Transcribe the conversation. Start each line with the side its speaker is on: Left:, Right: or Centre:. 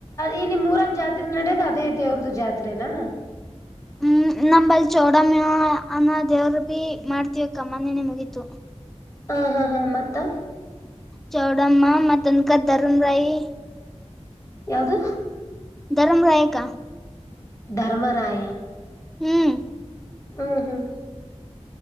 Left: ಈ ನಿಮ್ ಮೂರಾರ ಜಾತ್ರೆ ನಡದು ಅದೇ ದೇವ್ರದ ಜಾತ್ನಾ
Centre: ಹ್ಮ್ ನಂಬಲ್ ಚೋಡಮ್ಮ ಅನ್ನೋ ದೇವ್ರ ಬಿಿ ಮಾಡ್ತವಕ್ಕಮ್ಮ ನನೆ ಮುಗೀತು
Left: ಹಾ ಹಾ ಹಾ ಮತ್ತ
Centre: ಚೌಡಮ್ಮ ಮ ತನಕ ಧರ್ಮ ರಾಯಿ
Left: ಯಾವ್ದು
Centre: ಧರ್ಮ ರಾಯಕ
Left: ಧರ್ಮರಾಯ
Centre: ಹ್ಮ್
Left: ಹ್ಮ ಹ್ಮ